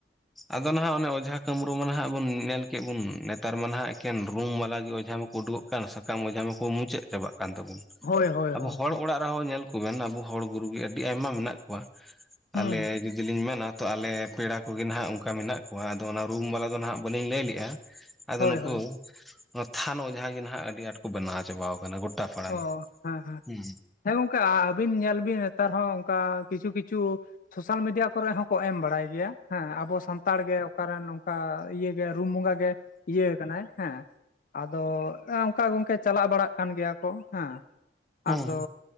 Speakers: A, in the centre; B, on the left (about 50°).
A: ᱟᱫᱚ ᱱᱟᱦᱟᱜ ᱚᱱᱮ ᱚᱡᱷᱟ ᱠᱟᱹᱢᱨᱩ ᱢᱟ ᱱᱟᱦᱟᱜ ᱵᱚᱱ ᱧᱮᱞ ᱠᱮᱫ ᱵᱚᱱ ᱱᱮᱛᱟᱨ ᱢᱟ ᱱᱟᱦᱟᱜ ᱮᱠᱮᱱ ᱨᱩᱢ ᱵᱟᱞᱟᱜᱮ ᱚᱡᱷᱟ ᱢᱟᱠᱚ ᱩᱰᱩᱠᱚᱜ ᱠᱟᱱ, ᱥᱟᱠᱟᱢ ᱚᱡᱷᱟ ᱢᱟᱠᱚ ᱢᱩᱪᱟᱹᱫ ᱪᱟᱵᱟᱜ ᱠᱟᱱ ᱛᱟᱵᱩ᱾
B: ᱦᱳᱭ ᱦᱳᱭ
A: ᱟᱵᱚ
B: ᱦᱳᱭ
A: ᱦᱚᱲ
B: ᱦᱳᱭ
A: ᱚᱲᱟᱜ ᱨᱮᱦᱚᱸ ᱧᱮᱞ ᱠᱚᱵᱮᱱ, ᱟᱵᱚ ᱦᱚᱲ ᱜᱩᱨᱩ ᱜᱮ, ᱟᱹᱰᱤ ᱟᱭᱢᱟ ᱢᱮᱱᱟᱜ ᱠᱚᱣᱟ᱾
B: ᱦᱩᱸ
A: ᱟᱞᱮ ᱡᱩᱫᱤ ᱞᱤᱧ ᱢᱮᱱᱟ, ᱛᱚ ᱟᱞᱮ ᱯᱮᱲᱟ ᱠᱚᱜᱮ ᱱᱟᱦᱱᱟᱜ ᱚᱱᱠᱟ ᱢᱮᱱᱟᱜ ᱠᱚᱣᱟ, ᱟᱫᱚ ᱚᱱᱟ ᱨᱩᱢ ᱵᱟᱞᱟ ᱫᱚ ᱦᱟᱜ ᱵᱟᱹᱞᱤᱧ ᱞᱟᱹᱭ ᱞᱮᱜᱼᱟ, ᱟᱫᱚ
B: ᱦᱳᱭ
A: ᱱᱩᱠᱩ
B: ᱦᱳᱭ
A: ᱚᱱᱟ ᱛᱷᱟᱱ ᱚᱡᱷᱟᱜ ᱜᱮ ᱱᱟᱦᱟᱜ, ᱟᱹᱰᱤ ᱟᱸᱴ ᱠᱚ ᱵᱮᱱᱟᱣ ᱪᱟᱵᱟᱣ ᱠᱟᱱᱟ ᱜᱚᱴᱟ ᱯᱟᱲᱟᱮ,
B: ᱚ ᱦᱮᱸ ᱦᱮᱸ
A: ᱦᱩᱸ
B: ᱦᱮᱸ ᱜᱚᱝᱠᱮ, ᱟᱹᱵᱤᱱ ᱧᱮᱞ ᱵᱤᱱ ᱱᱮᱛᱟᱨ ᱦᱚᱸ ᱚᱱᱠᱟ ᱠᱤᱪᱷᱩ ᱠᱤᱪᱷᱩ, ᱥᱳᱥᱟᱞ ᱢᱤᱰᱤᱭᱟ ᱠᱚᱨᱮ ᱦᱚᱸᱠᱚ ᱮᱢ ᱵᱟᱲᱟᱭ ᱜᱮᱭᱟ᱾ ᱦᱮᱸ ᱟᱵᱚ ᱥᱟᱱᱛᱟᱲ ᱜᱮ, ᱚᱠᱟᱨᱮᱱ ᱚᱱᱠᱟ ᱤᱭᱟᱹ ᱜᱮ ᱨᱩᱢ ᱵᱚᱸᱜᱟ ᱜᱮ ᱤᱭᱟᱹ ᱠᱟᱱᱟᱭ᱾ ᱦᱮᱸ, ᱟᱫᱚ ᱚᱱᱠᱟ ᱜᱚᱝᱠᱮ ᱪᱟᱞᱟᱜ ᱵᱟᱲᱟᱜ ᱠᱟᱱ ᱜᱮᱭᱟ ᱠᱚ, ᱦᱮᱸ
A: ᱦᱩᱸ
B: ᱟᱫᱚ
A: ᱦᱩᱸ